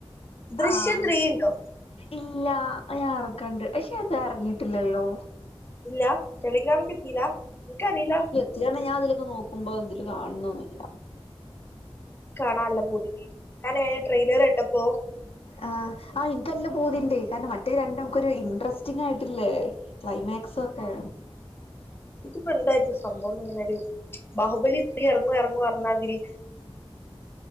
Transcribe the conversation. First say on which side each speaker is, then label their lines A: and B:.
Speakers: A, on the left (about 20°); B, on the left (about 70°).
A: ദൃശ്യം
B: ആഹ്
A: ത്രീ ഇണ്ടോ?
B: ഇല്ല ആഹ് അത് ഞാറക്കണ്ട് അയ്ഷേ അത് എറങ്ങീട്ടില്ലല്ലോ.
A: ഇല്ല ടെലിഗ്രാമ്ക്കെത്തീല ഇൻക്കറീല
B: <unintelligible> ഞാൻ ഇതില് ങ്ങനെ നോക്കുമ്പോ ഇതില് കാൺണൊന്നുല്ല.
A: കാണാല്ല പൂതിണ്ടായ്നി. കാരണം ഞാൻ അയിന്റെ ട്രൈലറ് കണ്ടപ്പോ
B: ആഹ് ആ ഇൻക്കല്ല പൂതിണ്ട് കാരണം മറ്റേ രണ്ടും മ്മക്കൊരു ഇൻട്രസ്റ്റിങായിട്ടില്ലേ ക്ലൈമാക്സൊക്കെ
A: ഇത്പ്പോ എന്തായിരിക്കും സംഭവം ന്ന് ങ്ങനൊരു ബാഹുബലി ത്രീ എർങ്ങും എർങ്ങും പറഞ്ഞാതിരി